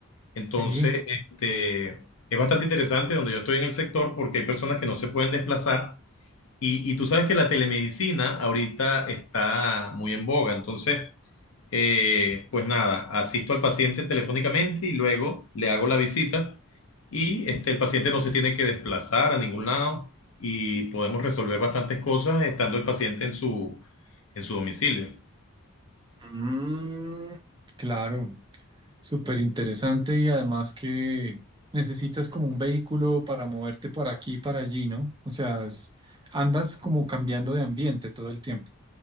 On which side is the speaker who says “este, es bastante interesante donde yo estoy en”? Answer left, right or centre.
Left